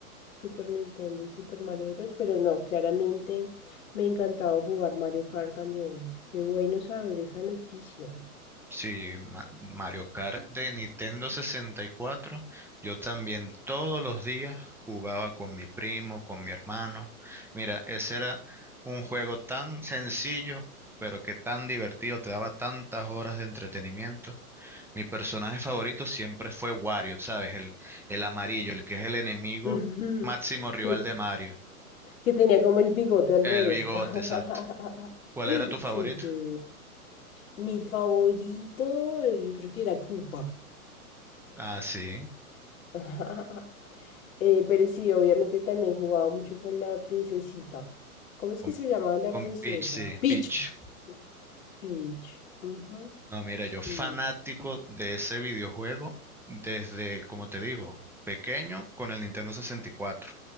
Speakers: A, on the left; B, in the centre.
A: Super Nintendo y Super Mario Bros. Pero no, claramente me encantaba jugar Mario Kart también. Qué bueno saber esa noticia.
B: Sí, Ma- Mario Kart de Nintendo sesenta y cuatro. Yo también todos los días jugaba con mi primo, con mi hermano. Mira, ese era un juego tan sencillo, pero que tan divertido, te daba tantas horas de entretenimiento. Mi personaje favorito siempre fue Wario, ¿sabes? El, el amarillo, el que es el enemigo
A: <laughs> Ujú,
B: máximo rival
A: Que,
B: de Mario.
A: que tenía como el bigote al
B: El
A: revés.
B: bigote,
A: <laughs>
B: exacto. ¿Cuál era tu favorito?
A: Sí, sí. Mi favorito, yo creo que era Koopa.
B: Ah, sí,
A: <laughs> Eh, pero sí, obviamente también jugaba mucho con la princesita. ¿Cómo es
B: con,
A: que se llamaba la
B: con
A: princesa?
B: Peach, sí,
A: Peach.
B: Peach.
A: Peach. Ujú,
B: No, mira,
A: Sí.
B: yo fanático de ese videojuego desde, como te digo, pequeño con el Nintendo sesenta y cuatro.